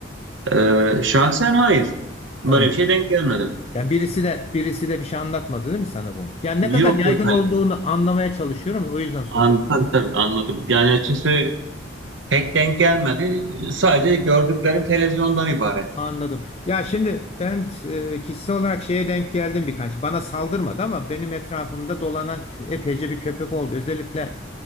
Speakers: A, on the right; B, on the left.
A: evet. E, şahsen hayır.
B: Tamam.
A: Böyle bir şey denk gelmedim.
B: Yani birisi de birisi de bir şey anlatmadı değil mi sana bunu? Yani ne
A: Yok
B: kadar yaygın
A: yok hayır.
B: olduğunu anlamaya çalışıyorum. O yüzden soruyorum
A: An, tabii,
B: yani.
A: tabii anladım. Yani açıkçası pek denk gelmedi. Sadece gördüklerim televizyondan ibaret.
B: Anladım. Ya şimdi ben e, kişisel olarak şeye denk geldim birkaç. Bana saldırmadı ama benim etrafımda dolanan epeyce bir köpek oldu. Özellikle